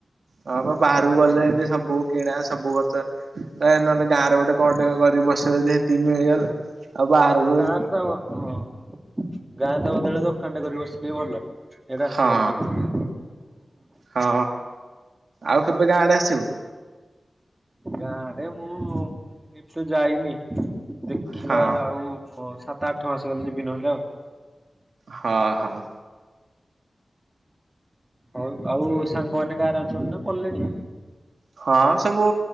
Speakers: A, on the right (about 80°); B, on the right (about 20°).
A: ହଁ ବା ବାହାରକୁ ଗଲେ ଏ ସବୁ ବୁ କିଣା ସବୁ ବର୍ଷ ନହେଲେ ଗାଁରେ ଗୋଟେ କଣ ଟିକେ କର ବସିବ ସେତିକି ମିଳିଗଲେ ଆଉ ବାହାରକୁ
B: ଗାରେ ତ ଆଉ ହ ହଁ। ଗାଁ ରେତ ବଦଳେ ଦୋକାନ ଟେ କରିକି ବସିଲେ ଭଲ ୟାଡେ
A: ହଁ
B: ଆସିବା ଅପେକ୍ଷା।
A: ହଁ ଆଉ କେବେ ଗାଁଆଡେ ଆସିବୁ?
B: ଗାଁଆଡେ ମୁଁ ଏ ବେ ଯାଇନି ଦେଖିବା
A: ହଁ
B: ଆଉ ମୋ ସାତ ଆଠ ମାସ ଗଲେ ଯିବି ନହେଲେ ଆଉ
A: ହଁ ହଉ।
B: ହଉ ଆଉ ସାଙ୍ଗମାନେ ଗାଁରେ ଅଛନ୍ତି ନା ପଲେଣି।
A: ହଁ ସବୁ